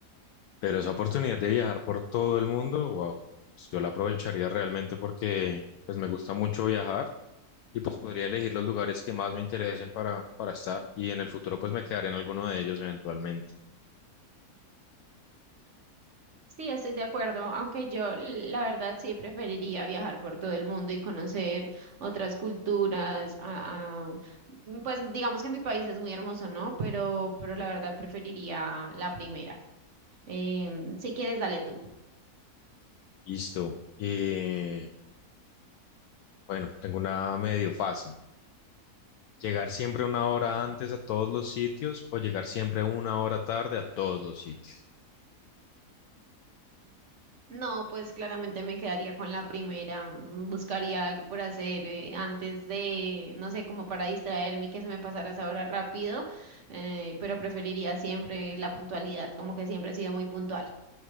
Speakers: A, on the left; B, on the right.
A: Pero esa oportunidad de viajar por todo el mundo, wow, pues yo la aprovecharía realmente porque pues me gusta mucho viajar y pues podría elegir los lugares que más me interesen para, para estar y en el futuro pues me quedaré en alguno de ellos eventualmente.
B: Sí, estoy de acuerdo, aunque yo la verdad sí preferiría viajar por todo el mundo y conocer otras culturas. a- a- mm, pues digamos que mi país es muy hermoso, ¿no? Pero, pero la verdad preferiría la primera. Em, si quieres, dale tú.
A: Listo. Eh, bueno, tengo una medio fácil. ¿Llegar siempre una hora antes a todos los sitios o llegar siempre una hora tarde a todos los sitios?
B: No, pues claramente me quedaría con la primera. mm, Buscaría algo por hacer eh, antes de, no sé, como para distraerme y que se me pasara esa hora rápido, eh, pero preferiría siempre la puntualidad, como que siempre he sido muy puntual.